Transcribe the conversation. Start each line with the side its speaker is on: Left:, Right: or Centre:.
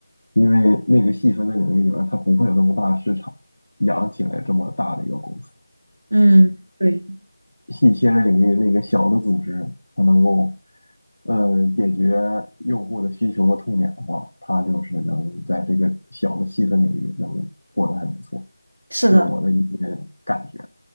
Left: 因为那个细分的领域里边，它不会有那么大市场养起来这么大的一个公司。
Right: 嗯，对，
Left: 细切的领域那个小的组织，它能够呃解决用户的需求和痛点的话，它就是能在这个小的细分领域能过得还不错。
Right: 是的。
Left: 这是我的一些感觉。